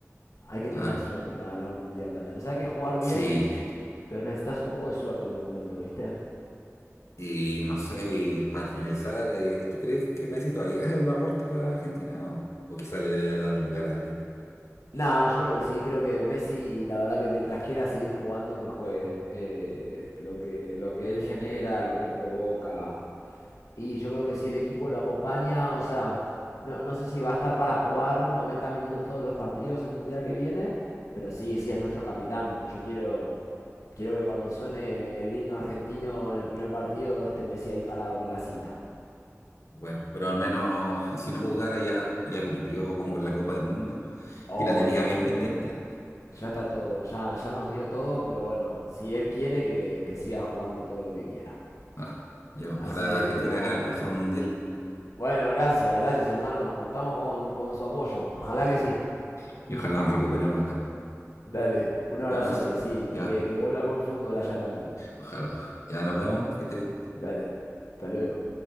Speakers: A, on the left (about 80°); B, on the left (about 65°).
A: Hay que
B: claro.
A: tener suerte para ganar un mundial también. O sea, hay que jugar bien,
B: Sí,
A: pero necesitas un poco de suerte en un momento, ¿viste?
B: y no sé, y para finalizar, eh, ¿tú crees que Messi todavía es un aporte para Argentina o, o quizá le debe dar lugar a alguien?
A: Nada, yo creo que sí, creo que Messi, la verdad que mientras quiera seguir jugando, que juegue. Eh, lo que, lo que él genera, lo que él provoca, Y yo creo que si el equipo lo acompaña, o sea, no, no sé si va a estar para jugar 90 minutos todos los partidos el mundial que viene, pero sí, sí es nuestro capitán. Yo quiero, quiero que cuando suene el himno argentino en el primer partido esté Messi ahí parado con la cinta.
B: Bueno, pero al menos <laughs> si no jugara ya, ya cumplió como en la Copa del Mundo
A: Obvio,
B: y la tenía bien
A: obvio,
B: pendiente.
A: obvio. Ya está todo, ya, ya nos dio todo, pero bueno, si él quiere que, que siga jugando todo lo que quiera.
B: Ah, yo,
A: Así
B: ojalá
A: que veremos.
B: Argentina gane el próximo Mundial
A: Bueno, gracias, gracias hermanos. Contamos con, con su apoyo. Ojalá
B: sí,
A: que sí.
B: y ojalá nos recuperemos acá.
A: Dale, un abrazote,
B: Buenas,
A: sí,
B: ya.
A: y que, que vuelva el buen fútbol allá también.
B: Ojalá. Ya nos vemos. Que estés bien.
A: Dale, hasta luego.